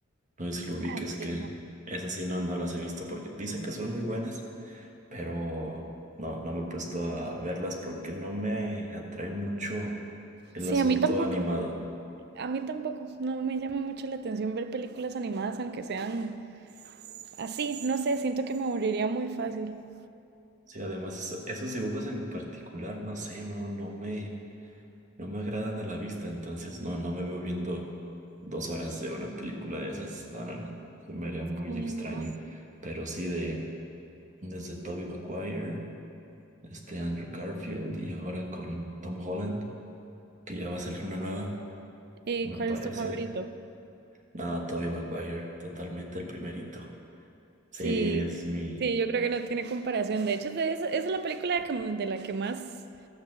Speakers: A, on the right; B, on the right.
A: No sé si lo ubiques
B: Ah,
A: que
B: sí.
A: esas sí no, no las he visto porque dicen que son muy buenas. pero no, no me he puesto a verlas porque no me atrae mucho el
B: Sí,
A: asunto
B: a mí tampoco.
A: animado.
B: A mí tampoco, no me llama mucho la atención ver películas animadas, aunque sean así, no sé, siento que me aburriría muy fácil.
A: Sí, además eso- esos dibujos en particular, no sé, no, no me, no me agradan a la vista, entonces no, no me veo viendo dos horas de una película de esas. No, no, no, se me haría muy
B: Sí,
A: extraño.
B: no.
A: Pero sí de desde Tobey Maguire, este Andrew Garfield y ahora con Tom Holland, que ya va a salir una nueva,
B: ¿Y
A: me
B: cuál
A: parece.
B: es tu favorito?
A: No, Toby Maguire, totalmente el primerito. Sí,
B: Sí,
A: es mi.
B: sí, yo creo que no tiene comparación. De hecho, de esa, esa es la película que- de la que más